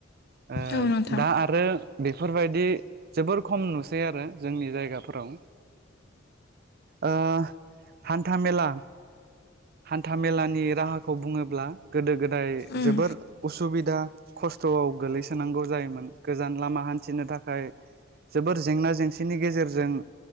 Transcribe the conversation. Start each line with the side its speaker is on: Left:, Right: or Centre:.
Right: ओ
Left: औ नोंथां
Right: दा आरो बेफोरबायदि जोबोर खम नुसै आरो जोंनि जायगाफोराव। ओ हान्था मेला हान्था मेलानि राहाखौ बुङोब्ला गोदो गोदाय
Left: उम
Right: जोबोर उसुबिदा खस्थआव गोलैसोनांगौ जायोमोन गोजान लामा हान्थिनो थाखाय जोबोर जेंना जेंसिनि गेजेरजों